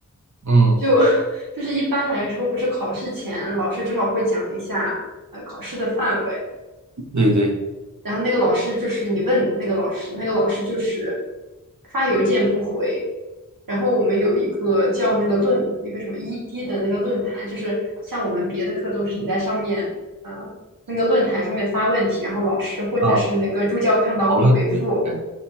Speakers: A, on the right (about 60°); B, on the right (about 85°).
A: 嗯，
B: 就 <laughs> 就是一般来说不是考试前老师至少会讲一下呃考试的范围，
A: 对对
B: 然后那个老师就是你问那个老师，那个老师就是发邮件不回。然后我们有一个叫那个论一个什么 ED 的那个论坛，就是像我们别的课都是你在上面呃那个论坛上面发问题，然后老师或者是那个助教看到会回复。
A: 啊，讨论的感觉